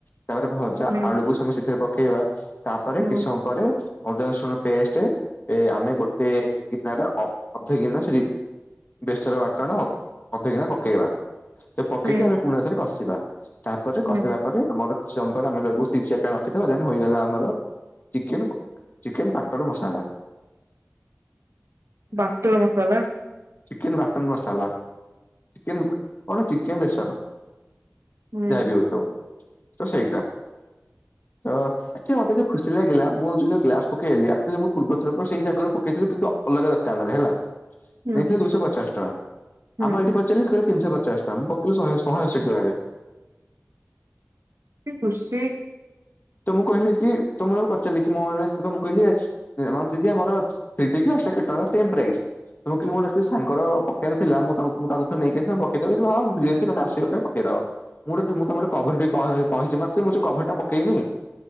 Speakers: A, on the left; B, on the right.
A: ତାପରେ ଭ ଜା
B: ହୁଁ
A: ଆଳୁକୁ ସେମି ସେଥିରେ ପକେଇବା ତାପରେ
B: ହୁଁ
A: କିଛି ସମୟ ପରେ ଅଦା ରସୁଣ ପେଷ୍ଟେ ଏ ଆମେ ଗୋଟେ ଗିନାର ଅ ଅଧେ ଗନା ସେରି ବେସର ବାଟଣ ଅଧଗିନା ପକେଇବା। ସେ ପକେଇକି
B: ହୁଁ
A: ଆମେ ପୁଣି ଆଉଥରେ କଷିବା ତାପରେ କସିଲା
B: ହୁଁ
A: ପ ଆମର କିଛି ସମୟରେ ଆମେ ତାକୁ ଶିଝିବା ପାଇଁ ରଖିଦବା ଦେନ୍ ହେଇଗଲା ଆମର ଚିକେ ଚିକେନ ବାଟର ମସଲା।
B: ବାଟଳ ମସଲା?
A: ଚିକେନ ବାଟନ ମସଲା ଚିକେନ ଚିକେନ ବେସର।
B: ହୁଁ
A: ଯା ବି ହୋଉଥାଉ ତ ସେଇଟା ତ ଆଚ୍ଛା ମତେ ଯୋଉ ଖୁସି ଲାଗିଲା ମୁଁ ଯୋଉ ଗ୍ଲାସ ପକେଇଲି ଆକଚୁଆଲି ମୁଁ ପୂର୍ବ ଥର ସେଇ ଜାଗାରୁ ପକେଇଥିଲି କି ଅଲଗା ଦୋକାନରେ ହେଲା
B: ହୁଁ
A: ନେଇଥିଲେ ଦୁଇଶହ ପଚାଶ ଟଙ୍କା
B: ହୁଁ
A: ଆମ ଏଇଠି ପଚାରିଲି କହିଲେ ତିନିଶହ ପଚାଶ। ତ ମୁଁ ପକେଇଲି ଶହେ ଶହେ ଅଶୀ ଟଙ୍କାରେ।
B: କି ଖୁସି।
A: ତ ମୁଁ କହିଲି କି ତ ମୁଁ ତାଙ୍କୁ ପଚାରିଲି କି ମୁଁ ମାନେ ତମକୁ କହିଲି ଆମର ଦିଦି ଆମର ଥ୍ରୀଡି ଗ୍ଲାସ୍ଟା ଟା କେତେ ଟଙ୍କା ସେମ୍ ପ୍ରାଇସ୍। ତ ମୁଁ କହିଲି ମୋ ସାଙ୍ଗର ପକେଇବାର ଥିଲା ମୁଁ ତାଙ୍କୁ ତାକୁ ଥରେ ତାକୁ ଥରେ ନେଇକି ଆସିବି ପକେଇଦବ। ହଁ ମୁଁ ଫ୍ରୀ ଅଛି ତମେ ଆସିବ କେବେ ପକେଇଦବା। ମୁଁ ଗୋଟେ ମୁଁ ତ ଗୋଟେ କଭର କହିଛି ମାତ୍ର ମୁଁ ସେ କଭର ଟା ପକେଇନି।